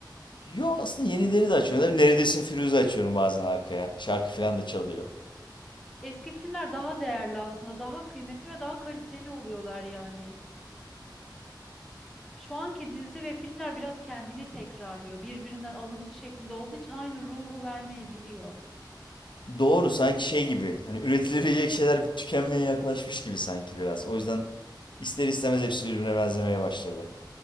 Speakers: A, on the left; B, in the centre.
A: Yo aslında yenileri de açıyorum. Neredesin Firuze açıyorum bazen arkaya. Şarkı falan da çalıyor.
B: Eski filmler daha değerli aslında, daha kıymetli ve daha kaliteli oluyorlar yani. Şu anki dizi ve filmler biraz kendini tekrarlıyor. Birbirinden alıntı şeklinde olduğu için aynı ruhu vermeyebiliyor.
A: Doğru sanki şey gibi hani üretilebilecek şeyler tükenmeye yaklaşmış gibi sanki biraz. O yüzden ister istemez hepsi birbirine benzemeye başladı.